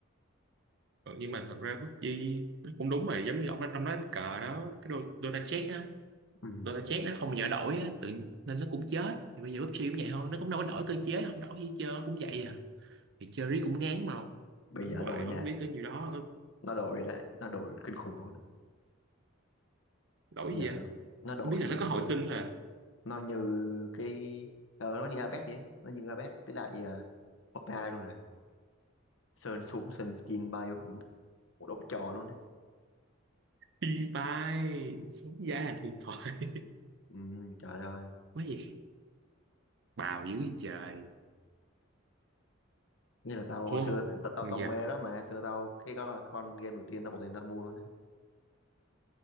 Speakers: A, on the right; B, on the left.
A: Ờ, nhưng mà thật ra bất di nó cũng đúng vậy giống như ông nói- ông nói đánh cờ đó cái đôi đôi ta chết á
B: ừ.
A: đôi ta chết nó không dở đổi á tự nên nó cũng chết thì bây giờ PUBG cũng vậy thôi nó cũng đâu có đổi cơ chế không đổi gì chơi cũng vậy à thì chơi riết cũng ngán mà
B: bây
A: đánh
B: giờ
A: hoài
B: đổi
A: bắn
B: nha
A: riết cái nhiêu đó có
B: nó đổi đấy nó đổi kinh khủng luôn đấy.
A: đổi
B: bây
A: gì
B: giờ
A: à
B: nó đổi
A: không biết là nó có hồi sinh thôi à
B: nó như cái ờ, nó như Abed vậy nó như Abed với lại uh, Fortnite luôn này sơn súng sơn skin bao nhiêu một đống trò luôn đấy
A: đi bay sống giá hành điện thoại
B: ừ, trời ơi
A: quá gì bào dữ gì trời
B: nghĩa là tao hồi
A: ô
B: xưa tao tao,
A: giờ
B: tao mê đó mà xưa tao cái đó là con game đầu tiên tao bỏ tiền tao mua luôn đấy